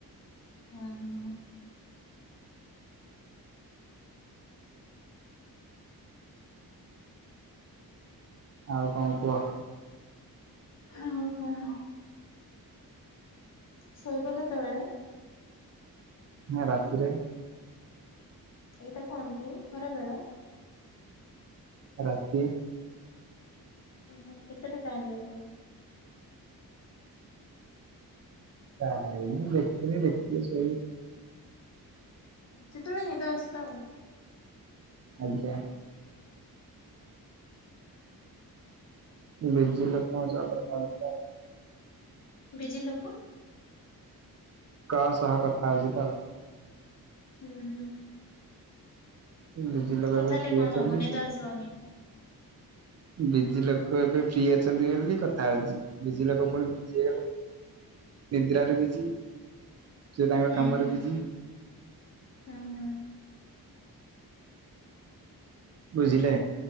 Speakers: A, on the left; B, on the right.
A: ଅ ହଁ।
B: ଆଉ କଣ କୁହ?
A: ହଉ କଣ ଶୋଇବ କେ ତଳେ
B: ହଁ ରାତିରେ
A: ଏଇଟା କଣ କି ଖରା ବର
B: ରାତି
A: ହ କେତେଟା ଟାଇମ ଦେଖ
B: ଯାଇନି ଦେଖିନି ଦେଖିଲି ସେଇ
A: ସେତେବେଳେ ନିଦ ଆସିଲ
B: ଆଜ୍ଞା। ବେଜିିଲ୍ ପହଞ୍ଚା କଥାଳତା
A: ବିଜ ଲୋକ
B: କା ସହା କଥା ଆୟୋଜିିତ
A: ହୁଁ ହୁଁ।
B: ଦୁଜ ଲଗେଇ
A: କଥା ହେଲେ
B: କିି
A: କଣ
B: ଅଛନ୍ତି।
A: ହବ ନିଦ ଆସିବନି
B: ବିଜି ଲୋକ ଏବେ ଫ୍ରି ଅଛନ୍ତି ବୋଲି କଥା ହଉଛି। ବିଜି ଲୋକ ପୁଣି ବିଜି ହେଇଗଲେ ନିଦ୍ରାରେ ବିଜି ସେ
A: ହୁଁ
B: ତାଙ୍କ କାମରେ
A: ହୁଁ
B: ବିଜି।
A: ହୁଁ ହୁଁ।
B: ବୁଝିଲେ